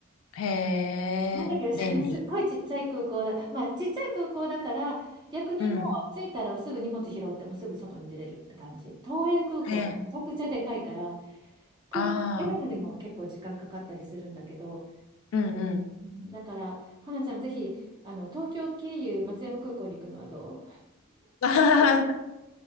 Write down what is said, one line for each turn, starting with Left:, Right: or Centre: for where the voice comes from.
Left: へえ、
Right: なんだっけですね、
Left: 便利。
Right: <laughs> すっごいちっちゃい空港だ。まあ、ちっちゃい空港だから、逆にもう着いたらすぐ荷物拾ってもうすぐ外に出れるって感じ。
Left: うん。
Right: 桃園空港、
Left: ええ。
Right: めちゃくちゃでかいから、空港出るのでも結構時間かかったりするんだけど、
Left: ああ。うんうん。
Right: うんだから、花ちゃん、ぜひ、あの、東京経由松山空港に行くのはどう
Left: <laughs>